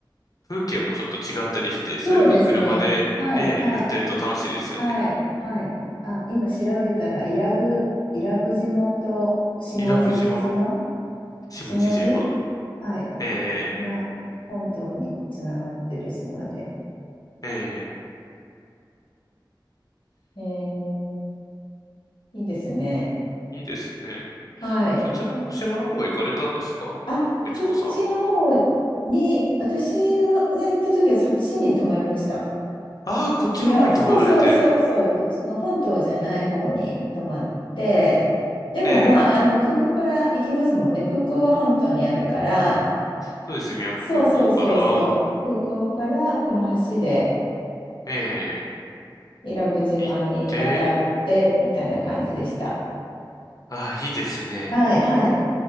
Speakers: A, on the left (about 45°); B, on the left (about 90°).
A: 風景もちょっと違ったりして、
B: そうですね。
A: そういうの車で、
B: はい、
A: ええやってると楽しいですよね。
B: はい、はい、はい。あ、今調べたら、伊良部、伊良部島と下地島
A: 伊良部島、下地島。
B: 下地はい。
A: ええ
B: が本島につながってる島で。
A: ええええ
B: えー、いいですね。
A: いいですね。
B: はい。
A: そちらの島の方は行かれたんですか悦子さん。
B: あ、そっちの方に、私はが行った時はそっちに泊まりました。
A: ああ、こっちの方に泊まられて。
B: いら、そうそうそうそう、こっちの本島じゃない方に泊まって、でもまあ、
A: ええ、
B: あの空港から行きますもんね。空港は本島にあるから、
A: そうです。宮古空港から、
B: そうそうそうそう、空港からこの橋で
A: え
B: 伊良部島に渡ってみたいな感じでした。
A: え、行って、ああ、いいですね。
B: はいはい。